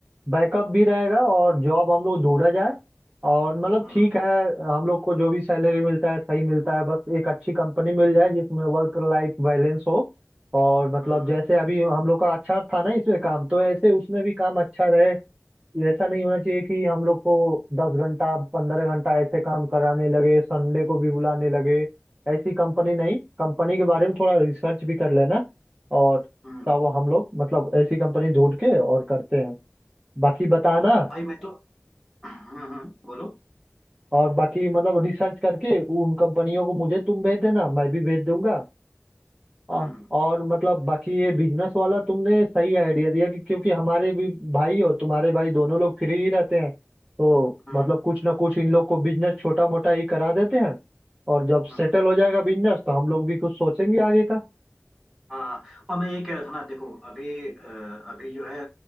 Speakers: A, on the right; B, in the centre.
A: बैकअप भी रहेगा और जॉब हम लोग ढूंढा जाए और मतलब
B: हम्म
A: ठीक है हम लोग को जो भी सैलरी मिलता है सही मिलता है बस एक अच्छी कंपनी मिल जाए जिसमें वर्क लाइफ बैलेंस हो और मतलब
B: हम्म
A: जैसे अभी हम लोग का अच्छा था ना इसमें काम तो ऐसे उसमें भी काम अच्छा रहे ये ऐसा नहीं होना चाहिए कि हम लोग को दस घंटा पंद्रह घंटा ऐसे काम कराने लगे संडे को भी बुलाने लगे ऐसी कंपनी नहीं कंपनी के बारे में थोड़ा रिसर्च भी कर लेना और
B: हम्म हम्म।
A: तब हम लोग मतलब ऐसी कंपनी ढूंढ के और करते हैं बाकी बताना
B: तो भाई मैं तो हम्म हम्म बोलो
A: और बाकी मतलब रिसर्च करके उन कंपनियों को मुझे तुम भेज देना मैं भी भेज दूंगा और,
B: हम्म हम्म
A: और मतलब बाकी ये बिजनेस वाला तुमने सही आइडिया दिया कि क्योंकि हमारे भी भाई और तुम्हारे भाई दोनों लोग फ्री ही रहते हैं तो
B: हम्म
A: मतलब कुछ ना कुछ इन लोग को बिजनेस छोटा मोटा ही करा देते हैं और जब
B: हम्म।
A: सेटल हो जाएगा बिजनेस तो हम लोग भी कुछ सोचेंगे आगे का
B: हाँ और मैं ये कह रहा था ना देखो अभी अ, अभी जो है